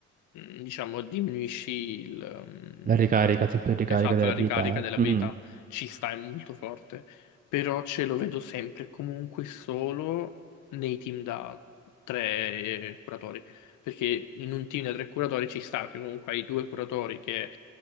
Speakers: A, on the left; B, on the right.
A: mm, diciamo, diminuisci il, mm,
B: La ricarica, tempo di ricarica
A: esatto,
B: delle
A: la
B: abilità.
A: ricarica
B: eh.
A: dell'abilità.
B: Mhm,
A: Ci sta, è molto forte. Però ce lo vedo sempre e comunque solo nei team da tre eh, curatori. Perché in un team da tre curatori ci sta, che comunque hai due curatori che